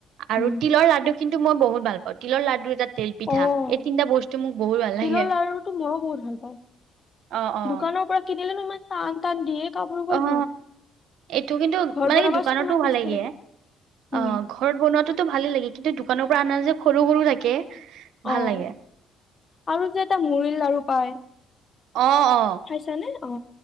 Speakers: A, on the right (about 75°); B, on the left (about 40°).
A: আৰু
B: উম,
A: তিলৰ লাডু কিন্তু মই বহুত ভাল পাওঁ তিলৰ লাডু এটা তেল পিঠা
B: অহ
A: এই তিনিটা বস্তু মোক বহুত ভাল লাগে
B: তিলৰ লাৰুটো মইয়ো বহুত ভাল পাওঁ
A: অ অ
B: দোকানৰ পৰা কিনিলে নো ইমান টান টান দিয়ে কামুৰিবই
A: অহ
B: নোৱাৰি।
A: এইটো কিন্তু
B: ঘৰত
A: মানে
B: বনাবাচোন
A: কি দোকানতো
B: ইমান টেষ্টি
A: ভাল লাগে
B: উম,
A: অহ ঘৰত বনোৱাতো ভালেই লাগে কিন্তু দোকানৰ পৰা আনা যে সৰু সৰু থাকে ভাল
B: অহ
A: লাগে
B: আৰু যে এটা লাৰু লাৰু পায়
A: অ অ
B: খাইছা নে অহ